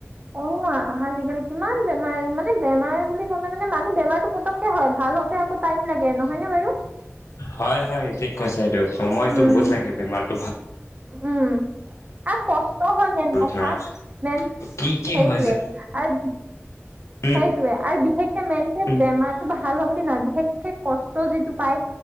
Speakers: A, on the right; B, on the left.
A: অ! ! আহ আজিকালি কিমান বেমাৰ মানে বেমাৰ বুলি কলে মানে মানহ বেমাৰটো পতককে হয় ভাল হওঁতে আকৌ টাইম লাগে নহয় নে বাৰু
B: হয় হয় ঠিক কৈছে, আৰুটো সময়তো
A: উম,
B: বহুত লাগে বেমাৰতটো ভাল
A: উম আৰু কষ্ট হয় মেইন কথা
B: ধৰা
A: মেন
B: কি কি
A: সেইটোৱে
B: হৈ যে
A: আৰু
B: উম,
A: সেইটোয়ে আৰু বিশেষ মেনকে
B: উম,
A: বেমাৰটো ভাল হ বুলি নহয় বিশেষকে কষ্ট যিটো পায়